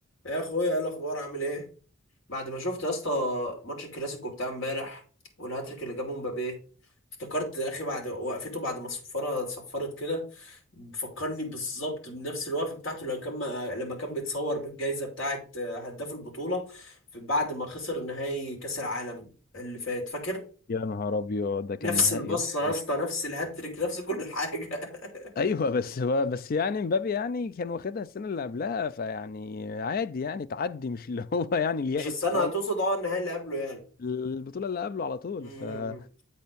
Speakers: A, on the left; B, on the left.
A: يا اخويا ايه الاخبار عامل ايه بعد ما شفت يا اسطى ماتش الكلاسيكو بتاع امبارح والهاتريك اللي جابه مبابي افتكرت يا اخي بعد وقفته بعد ما الصفاره صفرت كده فكرني بالظبط بنفس الوقفه بتاعته لما كان لما كان بيتصور بالجائزه بتاعه هداف البطوله في- بعد ما خسر نهائي كاس العالم اللي فات فاكر
B: يا نهار ابيض ده كان
A: نفس
B: نهائي
A: البصه
B: يلا مش
A: يا اسطى نفس الهاتريك نفس كل حاجه
B: <laughs>
A: <laughs>
B: ايوه بس هو بس يعني مبابي يعني كان واخدها السنه اللي قبلها فيعني عادي يعني تعدي مش اللي هو يعني اليائس
A: مش السنه
B: خالص
A: هتقصد اه النهائي اللي قبله يعني
B: البطوله اللي قبله على طول
A: <laughs>
B: ف آه،